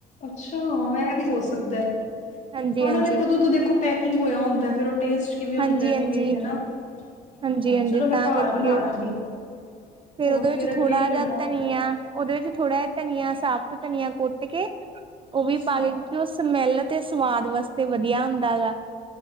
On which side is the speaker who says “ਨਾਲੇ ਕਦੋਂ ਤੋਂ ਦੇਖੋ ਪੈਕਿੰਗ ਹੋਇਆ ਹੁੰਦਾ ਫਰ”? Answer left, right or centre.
Left